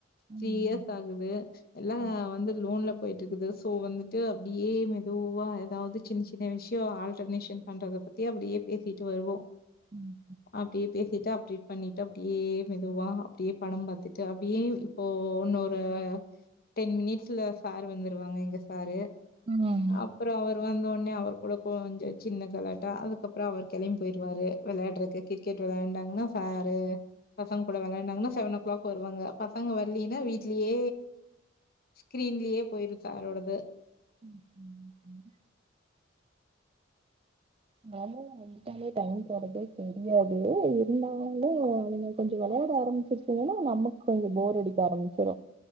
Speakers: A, on the right; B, on the left.
A: ம்.
B: த்ரீ இயர்ஸ் ஆகுது எல்லா
A: ஓகே.
B: வந்து லோன்ல போய்ட்டிருக்குது சோ வந்துட்டு அப்டியே மெதுவா எதாவ்து சின்ன சின்ன விஷ்யோ ஆல்டர்னேஷன் பண்றத பத் தி அப்டியே பேசிட்டு வருவோ
A: ம்.
B: அப்டியே பேசிட்டு அப்டேட் பண்ணிட்டு அப்டி யே மெதுவா அப்டியே படம் பாத்துட்டு அப்டியே இப்போ உன்னொரு டென் மினிட்ஸ்ல சார் வந்துருவாங்க எங்க சாரு
A: ம் ம். ம்.
B: அப்புறோ அவர் வந்தோட்னே அவர் கூட கொஞ்சோ சின்ன கலாட்டா அதுக்கப்றோ அவர் கெளைம் போய்ருவாரு வெளாட்றக்கு கிரிக்கெட் விளாண்டாங்னா சாரு பசங் கூட வெளாண்டாங்னா சவன்னோ கிளாக் வருவாங்க பசங்க வர்லினா வீ்ட்லயே ஸ்கிரீன்லியே போய்ரு சாரோடது
A: ம் ம் ம் நல்லவுங்க அந்த டைம்ல டைம் போறதே தெரியாது இருந்தாலு அவ்ங்க கொஞ்சோ வெளையாட ஆரமிச்சாச் சா ஏனா நமக் கொஞ்சோ போர் அடிக்க ஆரமிச்சிரு